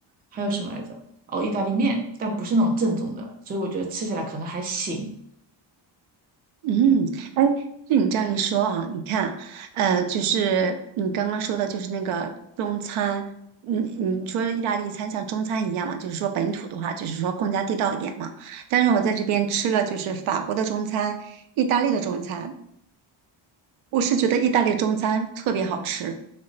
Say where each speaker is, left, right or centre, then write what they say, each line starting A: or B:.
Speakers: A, on the right; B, on the right.
A: 还有什么来着？哦，意大利面，但不是那种正宗的，所以我觉得吃起来可能还行。
B: 嗯，哎，就你这样一说啊，你看，呃，就是你刚刚说的，就是那个中餐，你你说意大利餐像中餐一样嘛，就是说本土的话，就是说更加地道一点嘛。但是我在这边吃了就是法国的中餐、意大利的中餐，我是觉得意大利中餐特别好吃，